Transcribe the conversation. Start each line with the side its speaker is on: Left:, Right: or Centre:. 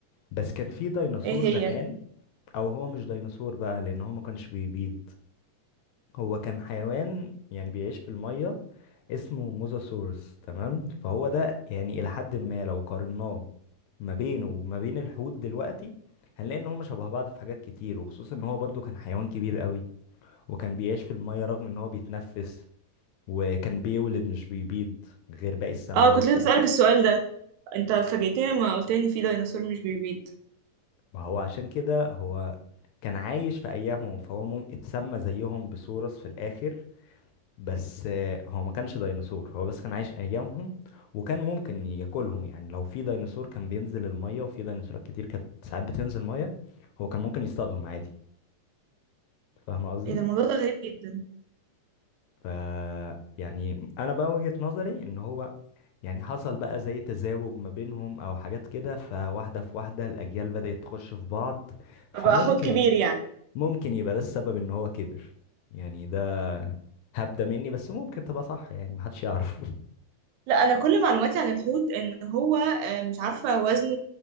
Left: بس كان في ديناصور
Right: ايه هي
Left: زمان او هو مش ديناصور بقى لان هو ما كانش بيبيض هو كان حيوان يعني بيعيش في المية اسمه موزاسورس تمام فهو ده يعني إلى حد ما لو قارناه ما بينه وما بين الحوت دلوقتي هنلاقي ان هما شبه بعض في حاجات كتير وخصوصا ان هو برضو كان حيوان كبير قوي وكان بيعيش في المية رغم ان هو بيتنفس وكان بيولد مش بيبيض غير باقي السمك
Right: اه
Left: زي
Right: كنت
Left: الحوت
Right: لسه اسالك السؤال ده انت فاجئتني لما قلت لي إن في ديناصور مش بيبيض
Left: ما هو عشان كده هو كان عايش في ايامهم فهو مم- اتسمى زيهم بسورس في الاخر بس آه، هو ما كانش ديناصور هو بس كان عايش ايامهم وكان ممكن ياكلهم يعني لو في ديناصور كان بينزل الميه وفي ديناصورات كتير كانت ساعات بتنزل ميه هو كان ممكن يصطادهم عادي فاهم قصدي
Right: ايه ده الموضوع ده غريب جدا
Left: ف يعني انا بقى وجهة نظري ان هو يعني حصل بقى زي تزاوج ما بينهم او حاجات كده فواحده في واحده الاجيال بدأت تخش في بعض فممكن
Right: فبقى حوت كبير يعني
Left: ممكن يبقى ده السبب ان هو كبر يعني ده هبدة مني بس ممكن تبقى صح يعني محدش يعرف
Right: لا انا كل معلوماتي عن الحوت ان هو آه، مش عارفه وزنه